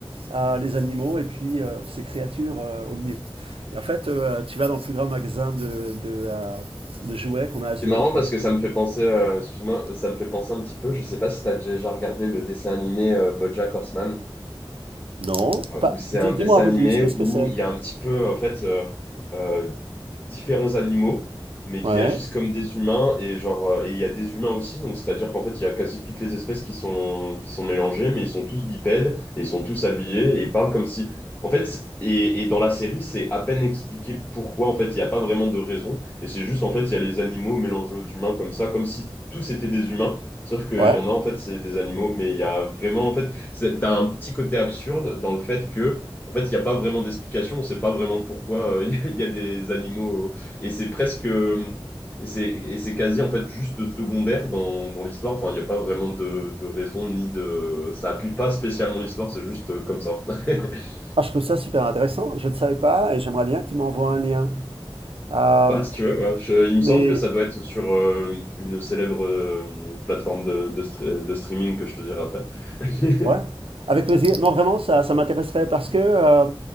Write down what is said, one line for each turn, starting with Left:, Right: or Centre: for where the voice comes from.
Right: euh, les animaux et puis euh, ces créatures euh, omnivores. Et en fait, euh, tu vas dans le plus grand magasin de, de, euh, de jouets qu'on a à Zurich.
Left: C'est marrant parce
Right: et-
Left: que ça
Right: et-
Left: me fait penser, euh, excuse-moi, ça me fait penser un petit peu. Je sais pas si t'as déjà regardé le dessin animé euh, BoJack Horseman.
Right: Non,
Left: euh,
Right: pas...
Left: où c'est
Right: dis,
Left: un dessin
Right: moi un peu
Left: animé
Right: plus, qu'est-ce que
Left: où
Right: c'est?
Left: il y a un petit peu, en fait, euh, euh, différents animaux, mais qui
Right: Ouais,
Left: agissent comme des humains, et genre, euh, et il y a des humains aussi, donc c'est-à-dire qu'en fait, il y a quasi toutes les espèces qui sont, qui sont mélangées, mais ils sont tous bipèdes, et ils sont tous habillés, et ils parlent comme si... En fait, c'est- et, et dans la série, c'est à peine expliqué pourquoi, en fait, il n'y a pas vraiment de raison, et c'est juste, en fait, il y a les animaux mélangés aux humains comme ça, comme si tous étaient des humains, sauf qu'il
Right: ouais.
Left: y en a, en fait, c'est des animaux, mais il y a vraiment, en fait, c'est, t'as un petit côté absurde dans le fait que, en fait, il n'y a pas vraiment d'explication, on ne sait pas vraiment pourquoi euh, il <laughs> y, a- des animaux. euh, Et c'est presque. euh, Et c'est et c'est quasi en fait juste secondaire dans, dans l'histoire. Enfin, il n'y a pas vraiment de, de raison ni de. Ça appuie pas spécialement l'histoire, c'est juste euh, comme ça. <laughs>
Right: Ah, je trouve ça super intéressant, je ne savais pas et j'aimerais bien que tu m'envoies un lien. Euh,
Left: Ouais, si tu veux, ouais. Je- il me semble
Right: mais
Left: que ça doit être sur euh, une célèbre euh, plateforme de, de, stre- de streaming que je te dirai après. <laughs>
Right: Ouais, avec plaisir. Non, vraiment, ça, ça m'intéresserait parce que, euh,